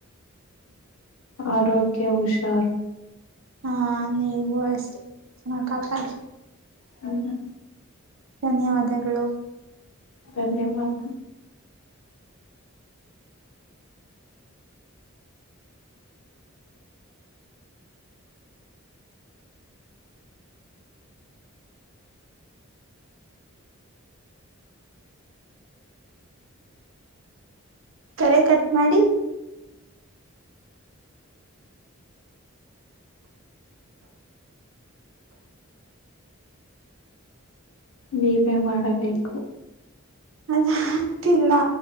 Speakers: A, on the left (about 70°); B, on the right (about 65°).
A: ಆರೋಗ್ಯ ಹುಷಾರ್
B: ಹಾ ನೀವು ಎಷ್ಟ ಚೆನ್ನಾಗಿ ಕಾತಾಡಿ
A: ಹ್ಮ ಹ
B: ಧನ್ಯವಾದಗಳು
A: ಧನ್ಯವಾದ
B: ಕರೆ ಕಟ್ ಮಾಡಿ
A: ನೀವೇ ಮಾಡಬೇಕು
B: ಅದಾಗಗ್ತಿಲ್ಲ